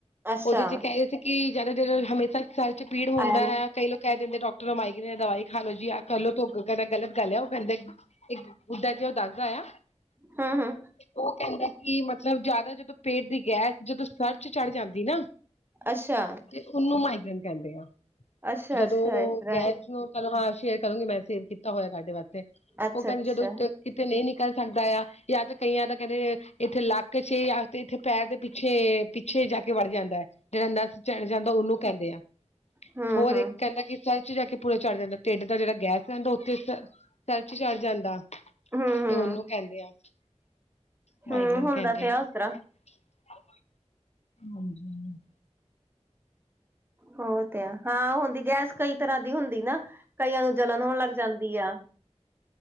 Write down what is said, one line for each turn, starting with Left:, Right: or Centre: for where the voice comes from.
Right: ਅੱਛਾ
Left: ਉਹਦੇ ਚ, ਕਹਿ ਰਹੇ ਸੀ, ਕਿ ਜਦ, ਜਦੋਂ ਹਮੇਸ਼ਾ ਸਰ ਚ, ਪੀੜ ਹੁੰਦਾ
Right: ਆਇਆ ਨੀ
Left: ਹੈ। ਕਈ ਲੋਕ, ਕਹਿ ਦਿੰਦੇ। ਡਾਕਟਰ ਕੋ ਮਾਈਗਰੇਨਰ ਦੀ ਦਵਾਈ ਖਾ ਲ ਲੋ ਜੀ। ਆਹ ਕਰ ਲੋ ਧੁੱ ਕਦੇ ਗਲਤ ਗੱਲ ਆ। ਉਹ, ਕਹਿੰਦਾ। ਇੱਕ ਬੁੱਧਾ ਜਿਹਾ, ਉਹ ਦੱਸਦਾ ਆ।
Right: ਹੂੰ-ਹੂੰ
Left: ਉਹ ਕਹਿੰਦਾ ਕਿ ਮਤਲਬ, ਮਤਲਬ ਜ਼ਿਆਦਾ ਜਦੋਂ, ਪੇਟ ਦੀ ਗੈਸ ਜਦੋਂ ਸਰ ਚ, ਚੜ ਜਾਂਦੀ ਨਾ।
Right: ਅੱਛਾ,
Left: ਉਹਨੂੰ ਮਾਈਗ੍ਰੈਂਟ, ਕਹਿੰਦੇ ਆ।
Right: ਅੱਛਾ-ਅੱਛਾ
Left: ਜਦੋਂ
Right: ਇਸ ਤਰ੍ਹਾਂ
Left: ਗੈਸ
Right: ਐ
Left: ਨੂੰ, ਚਲੋ ਹਾਂ। ਸ਼ੇਅਰ ਕਰੂੰਗੀ। ਮੈਂ ਸੇਵ ਕੀਤਾ ਹੋਇਆ। ਤੁਹਾਡੇ ਵਾਸਤੇ,
Right: ਅੱਛਾ-ਅੱਛਾ
Left: ਉਹ ਕਹਿੰਦੇ ਜਦੋਂ, ਇੱਥੇ ਨਹੀਂ ਨਿਕਲ ਸਕਦਾ ਆ। ਜਾਂ ਤੇ ਕਈਆਂ ਦਾ ਕਹਿੰਦੇ, ਇੱਥੇ ਲੱਕ ਤੇ, ਇੱਥੇ ਪੈਰ ਦੇ ਪਿੱਛੇ। ਪਿੱਛੇ ਜਾ ਕੇ, ਵੜ ਜਾਂਦਾ ਹੈ। ਜਿਹੜਾ ਨਵਸ ਚੜ ਜਾਂਦਾ, ਉਹਨੂੰ ਕਹਿੰਦੇ ਆ।
Right: ਹੂੰ-ਹੂੰ,
Left: ਹੋਰ ਇੱਕ
Right: ਹੂੰ-ਹੂੰ,
Left: ਕਹਿੰਦਾ ਕਿ, ਸਰ ਚ ਲੇ ਕੇ ਪੂਰਾ, ਚੜ ਜਾਂਦਾ। ਢਿੱਡ ਦਾ ਜਿਹੜਾ ਗੈਸ ਰਹਿੰਦਾ। ਉੱਥੇ, ਸਰ ਚੜ ਜਾਂਦਾ,
Right: ਹੂੰ ਹੂੰ ਹੂੰ
Left: ਤੇ ਉਹਨੂੰ ਕਹਿੰਦੇ ਆ। ਮਾਈਗ੍ਰੇਨ
Right: ਹੂੰ ਹੂੰ ਹੁੰਦਾ
Left: ਕਹਿੰਦੇ।
Right: ਤੇ
Left: ਆ
Right: ਆ ਉਸ ਤਰ੍ਹਾਂ
Left: ਹਾਂਜੀ।
Right: ਹੋ ਤੇ ਆ। ਹਾਂ, ਹੁੰਦੀ ਗੈਸ। ਕਈ ਤਰਾਂ ਦੀ, ਹੁੰਦੀ ਨਾ। ਕਈਆਂ ਨੂੰ, ਜਲਣ ਹੋਣ ਲੱਗ ਜਾਂਦੀ ਆ।